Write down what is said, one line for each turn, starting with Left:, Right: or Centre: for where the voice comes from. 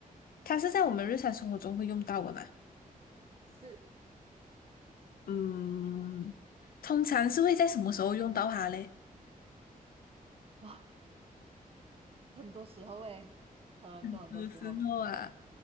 Left: 它是在我们日常生活中会用到的嘛？
Right: 是
Left: 嗯，通常是会在什么时候用到它嘞？
Right: 哇，很多时候诶，很多很多时候，
Left: 嗯有时候啊，